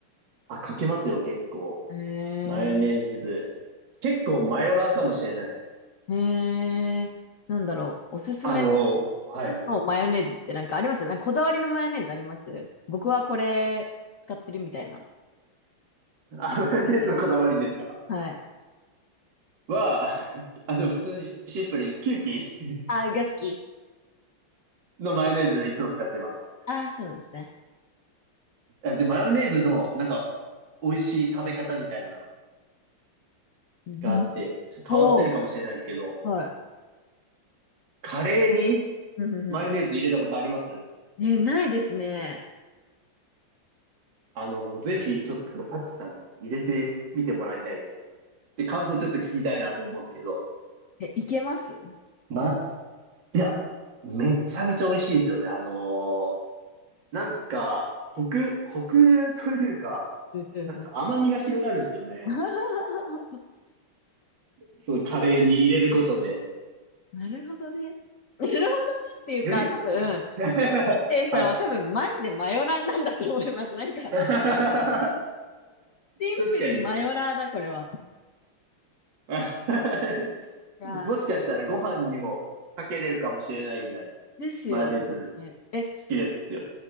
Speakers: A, on the right; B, on the left.
A: ーあ、かけますよ、結構。
B: へえ、
A: マヨネーズ。結構マヨラーかもしれないです。
B: へえ、なんだろう。おすすめ
A: あの、はい。
B: のマヨネーズってなんかありますなんかこだわりのマヨネーズあります僕はこれ使ってるみたいな。
A: あ、マヨネーズのこだわりですか
B: はい。
A: は、あの、普通にシンプルにキューピー
B: あー、が好き。
A: のマヨネーズいつも使ってます。
B: ああそうなんですね。
A: あで、マヨネーズの、なんか、美味しい食べ方みたいなの
B: うん。
A: があって、ちょっと変わってるかもしれないですけど、
B: おーはい。
A: カレーに
B: うんうんう
A: マヨネーズ入れたことあります
B: ん。え、ないですね。
A: あの、もうぜひ、ちょっと、サチさんに入れてみてもらいたい。で、感想ちょっと聞きたいなと思うんですけど、
B: え、いけます
A: ま、いや、めちゃめちゃ美味しいんですよね。あのなんか、コク、コクというか、
B: うんうんうん
A: なんか甘みが広がるんですよね。
B: <laughs>
A: そのカレーに入れることで。
B: なるほどね。なるほどねっていうか、
A: より、
B: 多分、
A: <laughs>
B: セイさんは多分マジでマヨラーなんだと思います。
A: はい。
B: なんか、
A: <laughs> 確
B: シンプルにマヨラーだ、
A: かに。
B: これは。
A: <laughs>
B: いや
A: もしかしたらご飯にもかけれるかもしれないぐらい、
B: ーですよね。
A: マレ好
B: え、
A: きですよ。